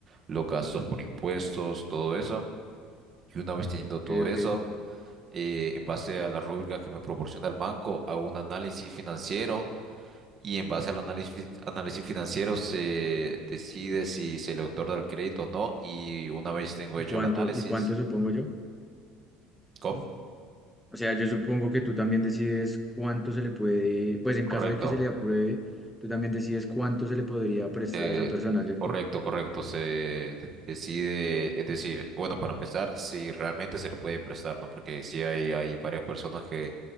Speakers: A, on the right (about 30°); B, in the centre.
A: los gastos por impuestos, todo eso. Y una vez teniendo todo
B: Ok,
A: eso,
B: ok.
A: eh, en base a la rúbrica que me proporciona el banco, hago un análisis financiero. Y en base al análisis, análisis financiero se decide si se le otorga el crédito o no. Y una vez tengo
B: ¿Y
A: hecho
B: cuánto,
A: el análisis,
B: y cuánto supongo yo?
A: ¿cómo?
B: O sea, yo supongo que tú también decides cuánto se le puede, pues en
A: Correcto,
B: caso de que se le apruebe, tú también decides cuánto se le podría prestar
A: eh,
B: a esa persona, ¿cierto?
A: correcto, correcto. Se de- decide, es decir, bueno, para empezar, si realmente se le puede prestar, ¿no? Porque sí hay, hay varias personas que